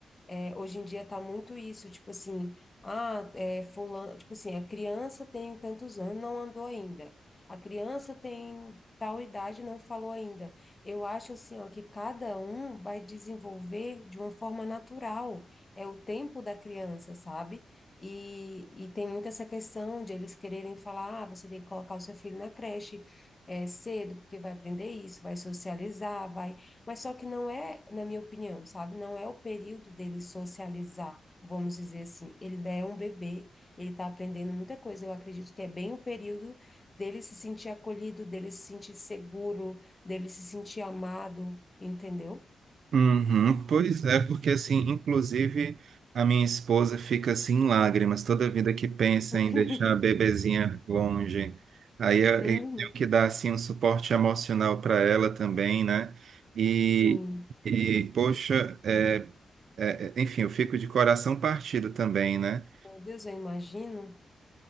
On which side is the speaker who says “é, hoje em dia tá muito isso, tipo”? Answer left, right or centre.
Left